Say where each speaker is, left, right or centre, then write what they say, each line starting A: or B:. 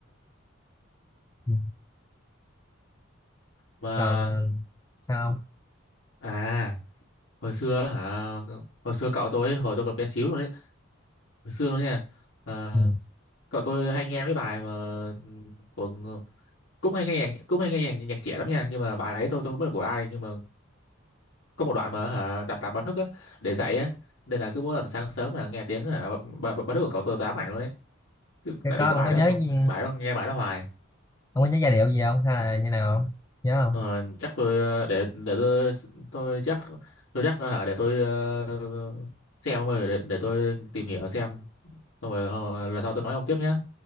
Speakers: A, on the left; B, on the left.
A: Ừ.
B: mà
A: còn ờ, sao không
B: à hồi xưa hả hồi xưa cậu tôi ấy, hồi tôi còn bé xíu luôn đấy hồi xưa luôn nha Ờ,
A: ừ.
B: cậu tôi hay nghe mấy bài mà của cũng hay nghe nhạc cũng hay nghe nhạc, nhạc trẻ lắm nha nhưng mà bài ấy tôi tôi không biết là của ai nhưng mà có một đoạn mà hả đặt làm báo thức á để dậy á nên là cứ mỗi lần sáng sớm là nghe tiếng hả báo, báo, báo thức của cậu tôi tôi ám ảnh luôn đấy Chứ-
A: cái
B: tại
A: có
B: vì cái
A: ông
B: bài
A: có
B: đó
A: nhớ
B: mà-
A: gì-
B: bài đó nghe bài đó hoài
A: ông có nhớ giai điệu gì không hay là như nào không nhớ không
B: Ờ, chắc tôi ờ, để để tôi tôi chắc tôi chắc ờ, hả để tôi ờ, xem rồi để, để tôi tìm hiểu xem xong rồi ờ, lần sau tôi nói ông tiếp nhé